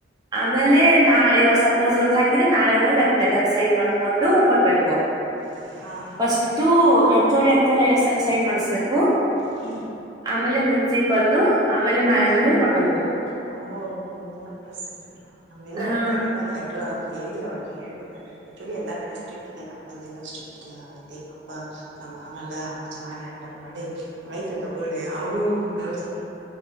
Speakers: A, on the right; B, on the right.
A: ಆಮೇಲೆ ನಾ ಇವಾಗ ಸಪೋಸ್ ಇವತ್ ಹಾಕಿದ್ರೆ ನಾಳೆ ಹೋಗಿ ಅದ ಲಲೆಟದ ಸೈನ್ ಮಾಡ್ಕೊಂಡು ಕೊಡ್ಬೇಕು
B: <inaudible> ಹಾ
A: ಫಸ್ಟು ಎಚ್ ಡಿ ಹತ್ತಲ್ಲ ಸೈನ್ ಮಾಡಿಸ್ಬೇಕು
B: ಹ್ಮ
A: ಆಮೇಲೆ ಪ್ರಿನ್ಸಿಪಲ್ದು ಆಮೇಲೆ ಮ್ಯಾನೇಜರ್ ಹೋಗಿಕ ಕೊಡ್ಬೇಕು
B: ಹ ಮೂರ್ ಪ್ರಸ್ ಜರ ನಮ ಇಲ್ಲ
A: ಹಾ
B: ಒಬ್ಬರಿಗೆ ಒಂದ್ಲೆ ಅದು ಹೇಳಿ ಅವ್ರಿಗೆ ಹೇಳಿ ಕೊಡ್ತಾರೆ ಆಕ್ಚುಲಿ ಎಲ್ಲಾ ಕಡೆ ಸ್ಟ್ರಿಕ್ಟ್ ಇದೆ ನಮ್ಮಲ್ಲಿೆಲ್ಲಾ ಸ್ಟ್ರಿಕ್ ಇಲ್ಲ ಆ ರೈತಿ ಪಾಪ ನಮ್ಮ ಆಮೆಲ್ಲಾ ಚೆನ್ನಾಗಿ ಹ್ಯಾಂಡಲ್ ಮಾಡಿ ವೈತ್ ತಗೋಿ ಅವರುೂ ಗರ್ಲ್ಸ್ ಎಲ್ಲ